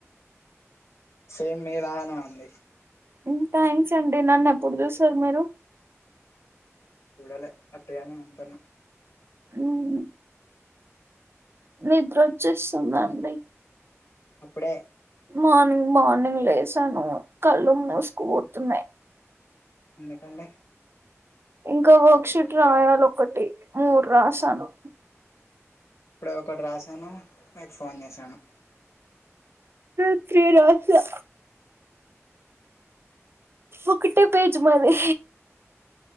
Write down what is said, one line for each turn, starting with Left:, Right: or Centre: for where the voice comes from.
Left: సేమ్ మీలాగనే ఉంది
Right: ఉమ్ థ్యాంక్స్ అండి నన్ను ఎప్పుడు చూసారు మీరు
Left: చూడలే అట్టిగానే అంటన్న
Right: అన్ నిద్రోచ్చేస్తుందండి
Left: అప్పుడే
Right: మార్నింగ్ మార్నింగ్ లేసాను కళ్ళు మూసుకుపోతున్నాయి
Left: ఎందుకండి
Right: ఇంకో వర్క్ షూట్ రాయాలి ఒకటి మూరు రాసాను
Left: ఇప్పుడే ఒకటి రాసాను మీకు ఫోన్ చేసాను
Right: నేన్ త్రీ రాసా ఒకటే పేజ్ మాది